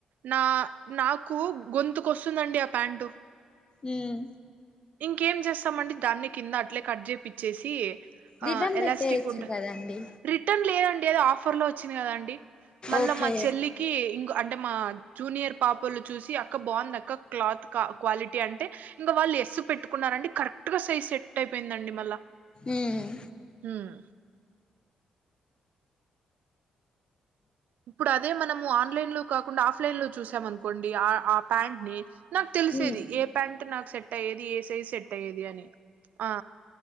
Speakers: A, on the right; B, on the left.
A: నా నాకు గొంతుకొస్తుందండి ఆ ప్యాంట్,
B: ఉమ్
A: ఇంకేం చేస్తామండి దాన్ని కింద అట్లే కట్ చేపిచ్చేసి. ఆ
B: రిటర్న్
A: ఎలాస్టిక్
B: పెట్టేయచ్చు
A: ఉంట
B: కదండి
A: రిటర్న్ లేదండి ఏదో ఆఫర్ లోచ్, చ్చిందిగదండి మళ్ళా
B: ఓకే
A: మా చెల్లి. కి ఇం కొ అంటే మా జూనియర్ పాపలు చూసి అక్క బాగుంది అక్క క్లాత్ కా క్వాలిటీ అంటే, ఇంకా వాళ్ళు ఎస్ పెట్టుకున్నారండి కరెక్ట్ గా సైజ్ సెట్ అయిపోయిందండి మళ్ళా.
B: ఉమ్.
A: ఉమ్ ఇప్పుడు అదే మనము ఆన్లైన్ లో కాకుండా ఆఫ్లైన్ లో చూసాం అనుకోండి ఆ ఆ ప్యాంట్ ని, నాక్ తెలిసేది
B: ఉమ్
A: ఏ ప్యాంట్ నాక్ సెట్ అయ్యేది ఏ సైజ్ సెట్ అయ్యేది అని ఆ. నా.